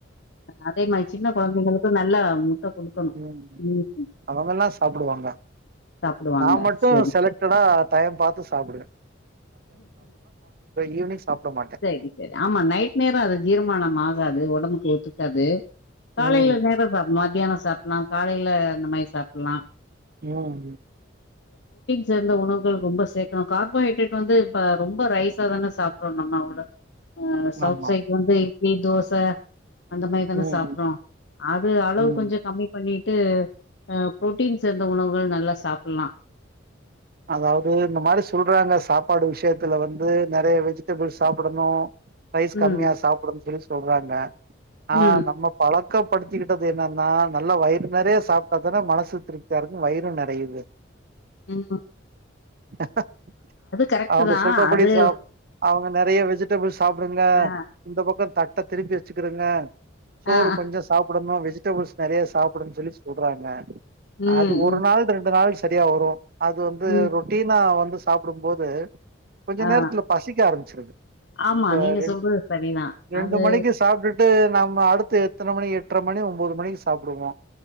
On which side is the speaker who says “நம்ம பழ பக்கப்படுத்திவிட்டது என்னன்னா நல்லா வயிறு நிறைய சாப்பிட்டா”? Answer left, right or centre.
Right